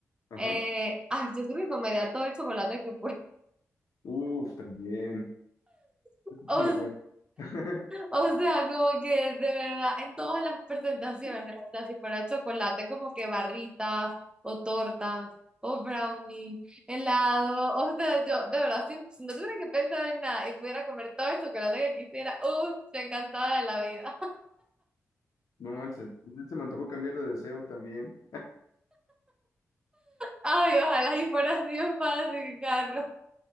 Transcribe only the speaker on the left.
Ajá.
Uf, también.
Se me fue. <laughs>
No manches, se me antojó cambiar de deseo también.